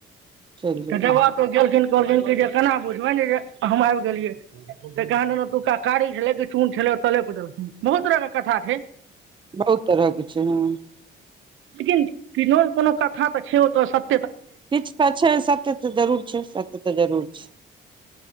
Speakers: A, on the right; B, on the right.
A: चलि जेबै
B: त जब तो गेलखिन कहलखिन कि जे केना बुझबै ने जे हम आबि गेलियै तऽ कहल एतुका कारी छलै कि चून छलै तले पदलखिन बहुत तरह के कथा छै
A: बहुत तरहक कि छै ने हॅं
B: लेकिन किन कोनो कथा तऽ छै तो सॅं
A: किछु तऽ छै सत्य तऽ जरूर छै सत्य तऽ जरूर छै